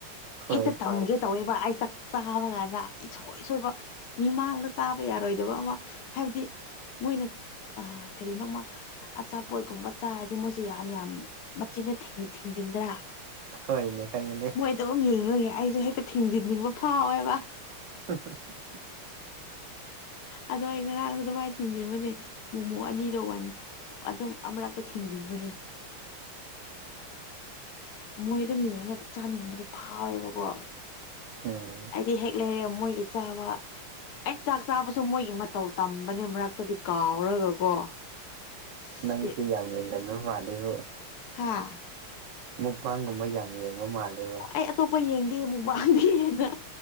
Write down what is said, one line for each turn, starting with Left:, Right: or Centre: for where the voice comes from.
Right: ꯍꯣꯏ
Left: ꯍꯦꯛꯇ ꯇꯝꯒꯦ ꯇꯧꯋꯦꯕ ꯑꯩ ꯆ ꯆꯥꯕ ꯀꯥꯟꯗ ꯑꯩꯁꯣꯏ ꯁꯣꯏꯕ ꯃꯤꯃꯥꯡꯗ ꯆꯥꯕ ꯌꯥꯔꯣꯏꯗꯕ ꯑꯃ ꯍꯥꯏꯕꯗꯤ ꯃꯣꯏꯅ ꯑ ꯀꯔꯤꯅꯣꯃ ꯑꯆꯥꯄꯣꯠꯒꯨꯝꯕ ꯆꯥꯔꯗꯤ ꯃꯣꯏꯁꯦ ꯌꯥꯝ ꯌꯥꯝ ꯃꯆꯤꯟꯅ ꯊꯤꯡꯖꯤꯟꯗ꯭ꯔꯥ
Right: ꯍꯣꯏꯅꯦ ꯈꯪꯉꯤꯅꯦ
Left: ꯃꯣꯏꯗ ꯑꯗꯨꯝ ꯌꯦꯡꯉꯨꯌꯦ ꯑꯩꯁꯨ ꯍꯦꯛꯇ ꯊꯤꯡꯖꯤꯟꯅꯤꯡꯕ ꯐꯥꯎꯋꯦꯕ
Right: <unintelligible>
Left: ꯑꯗꯣ ꯑꯩ ꯉꯔꯥꯡꯗ ꯑꯗꯨꯃꯥꯏꯅ ꯊꯤꯟꯖꯤꯟꯕꯅꯦ ꯃꯣꯃꯣ ꯑꯅꯤꯗ ꯋꯥꯟ ꯑꯗꯨꯝ ꯑꯃꯨꯔꯛꯇ ꯊꯤꯡꯖꯤꯟꯕꯅꯦ ꯃꯣꯏꯗꯣ ꯃꯤꯡꯉ ꯆꯥꯅꯤꯡꯕꯗꯨꯣ ꯐꯥꯎꯋꯦꯕꯀꯣ
Right: ꯎꯝ
Left: ꯑꯩꯗꯤ ꯍꯦꯛ ꯂꯩꯔꯦ ꯃꯣꯏꯒꯤ ꯥꯛ ꯆꯥꯕ ꯑꯩ ꯆꯥꯛ ꯆꯥꯕꯁꯨ ꯃꯣꯏꯒꯤ ꯃꯇꯧ ꯇꯝꯕꯅꯦ ꯃꯔꯛꯇꯗꯤ ꯀꯥꯎꯔꯒꯀꯣ ꯑꯁ
Right: ꯅꯪꯁꯤ ꯌꯥꯝꯅꯤꯡꯗꯅꯨ ꯃꯥꯜꯂꯤꯕꯨ
Left: ꯍꯥꯥ
Right: ꯃꯨꯛꯕꯥꯥꯡꯒꯨꯝꯕ ꯌꯥꯝ ꯌꯦꯡꯕ ꯃꯥꯜꯂꯦꯕ
Left: ꯑꯩ ꯑꯇꯣꯞꯄ ꯌꯦꯡꯗꯦ ꯑꯃꯨꯛ ꯃꯟꯗꯦꯅ